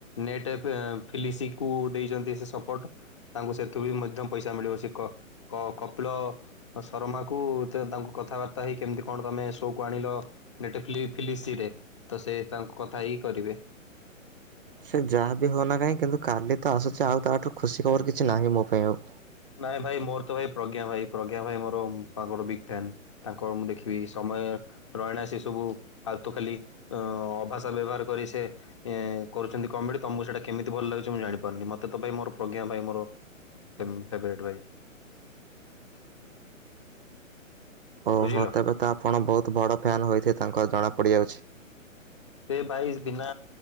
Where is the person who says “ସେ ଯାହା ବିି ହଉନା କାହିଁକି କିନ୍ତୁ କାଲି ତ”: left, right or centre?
Right